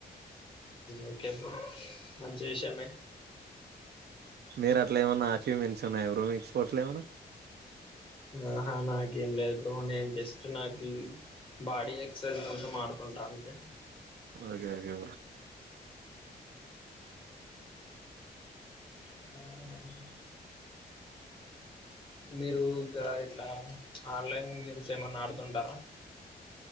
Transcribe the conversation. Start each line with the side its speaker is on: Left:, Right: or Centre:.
Left: ఓకే బ్రో మంచి విషయమే
Right: మీరు అట్లా ఏమన్నా అచీవ్మెంట్స్ ఉన్నాయా బ్రో మీకు స్పోర్ట్స్ లో ఏమన్నా
Left: ఆహా నాకేం లేదు బ్రో నేను జస్ట్ నాకి బాడీ ఎక్సర్సైజ్ కోసం ఆడుతుంటా అంతే
Right: ఆ గాగా
Left: ఆ మీరు ఇంకా ఇట్లా ఆన్లైన్ గేమ్స్ ఏమన్నా ఆడ్ తుంటారా